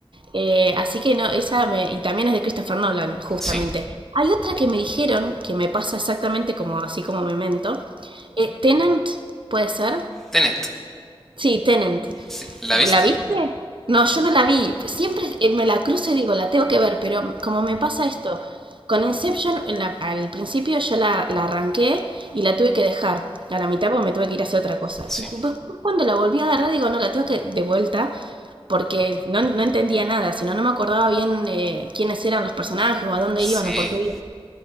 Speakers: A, on the right; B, in the centre.
A: eh, así que no, esa me, y también es de Christopher Nolan, justamente.
B: sí.
A: Hay otra que me dijeron, que me pasa exactamente como así como Memento. Eh, Tenant, ¿puede ser?
B: Tenet,
A: Sí, Tenant.
B: sí, ¿la viste?
A: ¿La viste? No, yo no la vi. Siempre eh, me la cruzo y digo, la tengo que ver, pero como me pasa esto, con Inception en la- al principio yo la, la arranqué y la tuve que dejar a la mitad porque me tuve que ir a hacer otra cosa.
B: Sí,
A: Y después cuando la volví a agarrar digo, no, la tengo que de vuelta porque no, no entendía nada, sino no me acordaba bien eh, quiénes eran los personajes o a dónde
B: sí,
A: iban o por qué iban.